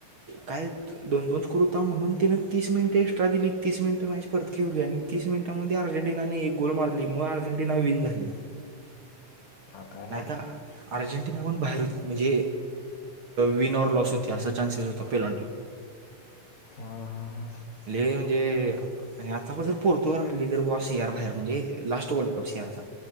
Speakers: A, on the right (about 45°); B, on the left (about 75°).
A: काय दोन दोन करता म्हणून तिने तीस मिनिटं एक्स्ट्रा दिली तीस मिनिटं माॅ परत घेवली आणि तीस मिनिटं अर्जेंटिनाने एक गोल मारली म अर्जेंटिना विन झाली
B: हा काय
A: नाहीता अर्जेंटिना पण बाहेर म्हणजे विनर लॉस होत अस चासस त पेलांटू
B: हम्म हम्म हम्म
A: ल म्हणजे आताण जर पोर्तुगाल आणली तर ब सियार बाहेर म्हणजे लास्ट वर्ल्ड कप सियारचा